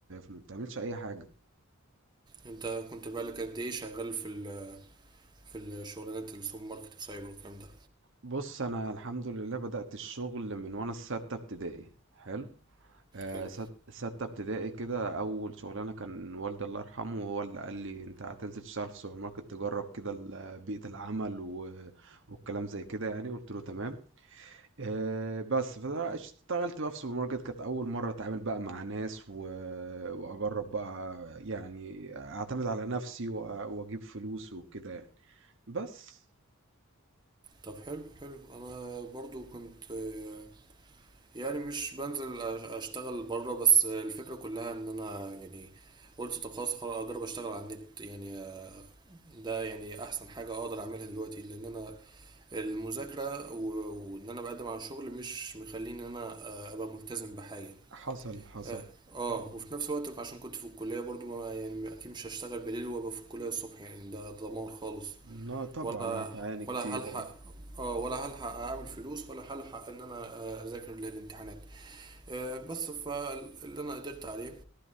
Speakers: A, on the right; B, on the right.
A: ما بتعملش أي حاجة.
B: انت كنت بقالك قد ايه شغال في ال- في الشغلانات السوبر ماركت وسايبر والكلام ده
A: بُص، أنا الحمد لله بدأت الشغل من وأنا في سَتّة ابتدائي، حلو؟ آه،
B: حلو
A: ست- ستة ابتدائي كده أول شغلانة كان والدي الله يرحمه هو اللي قال لي أنت هتنزل تشتغل في سوبر ماركت تجرب كده ال- بيئة العمل و- والكلام زي كده يعني قلت له تمام آه، بس فاشتغلت بقى في سوبر ماركت كانت أول مرة أتعامل بقى مع ناس و... وأجرب بقى يعني أعتمد على نفسي و... وأجيب فلوس وكده يعني بس
B: طب حلو حلو انا برضو كنت آه، يعني مش بنزل أش- اشتغل بره بس الفكرة كلها ان انا يعني قلت طب خلاص خلاص اجرب اشتغل على النت يعني آه، ده يعني احسن حاجة اقدر اعملها دلوقتي لان انا المذاكرة و- وان انا بقدم على شغل مش مخليني ان انا آه، ابقى ملتزم بحاجة
A: حصل حصل
B: اه آه،
A: <laughs>
B: وفي نفس الوقت عشان كنت في الكلية برضو ما يعني اكيد مش هشتغل بالليل وابقى في الكلية الصبح يعني ده دمار خالص
A: لا طبعا
B: ولا
A: هتعاني
B: ولا
A: كتير
B: هلحق
A: اه
B: اه ولا هلحق اعمل فلوس ولا هلحق ان انا آه، اذاكر للامتحانات آه، بس فاللي انا قدرت عليه